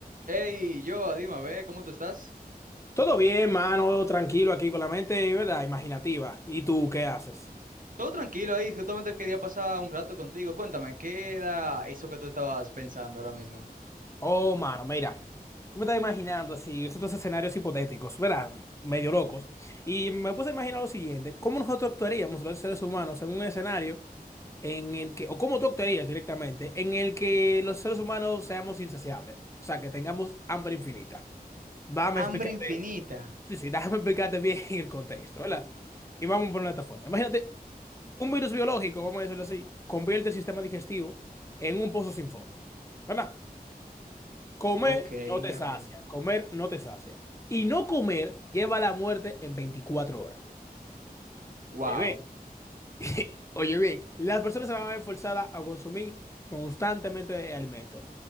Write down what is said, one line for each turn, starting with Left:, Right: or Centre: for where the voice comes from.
Right: Hey, yo, Dima, ve, ¿cómo tú estás?
Left: Todo bien, mano, tranquilo aquí con la mente, ¿verdad? Imaginativa. ¿Y tú qué haces?
Right: Todo tranquilo ahí, justamente quería pasar un rato contigo. Cuéntame, ¿qué era eso que tú estabas pensando ahora mismo?
Left: Oh, mano, mira. Me estaba imaginando así, estos escenarios hipotéticos, ¿verdad? Medio locos. Y me puse a imaginar lo siguiente, ¿cómo nosotros actuaríamos los seres humanos en un escenario en el que, o cómo tú actuarías directamente, en el que los seres humanos seamos insaciables? O sea, que tengamos hambre infinita. Dame
Right: Hambre
Left: explicarte,
Right: infinita.
Left: sí, sí, <laughs> déjame explicarte bien el contexto, ¿verdad? Y vamos por una plataforma. Imagínate Un virus biológico, vamos a decirlo así, convierte el sistema digestivo en un pozo sin fondo. ¿Verdad? Comer
Right: Ok,
Left: no te Sí.
Right: ok.
Left: sacia, comer no te sacia. Y no comer lleva a la muerte en 24 horas.
Right: Wow,
Left: Oye, ve. <laughs> Oye, bien, las personas se van a ver forzadas a consumir constantemente alimentos.